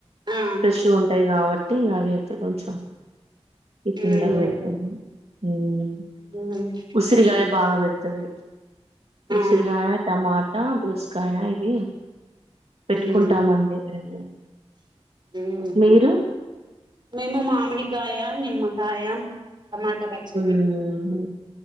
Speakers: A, on the right; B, on the right.
A: ఆ
B: ఫ్రెష్ ఉంటాయి కాబట్టి ఇంగ అవి అయితే కొంచెం టిపిన్
A: మ్మ్
B: లా పెడుతది ఉ
A: మ్మ్
B: ఉసిరికాయ
A: ఓకేండి
B: బాగా పెడుతది
A: ఆ
B: ఉసిరిగాయ, టమాటా, దోసకాయ ఇది పెట్టుకుంటామండి
A: మ్మ్
B: మేము
A: మ్హు
B: మీరు
A: మేము మామిడికాయ, నిమ్మకాయ, టమాట పచ్చడి
B: ఉహు